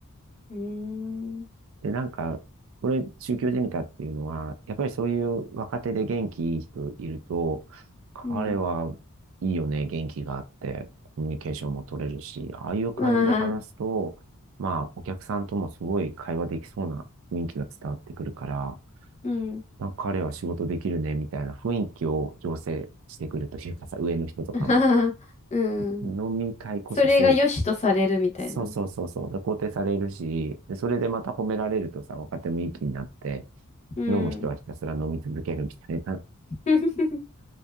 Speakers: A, on the left; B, on the right.
A: ーん、
B: で、なんか、これ、宗教じみたっていうのは、やっぱりそういう若手で元気いい人いると、彼はいいよね、
A: うん。
B: 元気があって、コミュニケーションも取れるし、ああいう感じで話すと、
A: まあ、
B: まあ、お客さんともすごい会話できそうな雰囲気が伝わってくるから、
A: うん。
B: なんか彼は仕事できるね、みたいな雰囲気を醸成してくるというかさ、上の人とかも。
A: <laughs> うん。
B: 飲み会こそ正義。
A: それが良しとされるみたいな。
B: そうそうそうそう。で、肯定されるし、で、それでまた褒められるとさ、若手もいい気になって、
A: うん。
B: 飲む人はひたすら飲み続けるみたいな、
A: <laughs>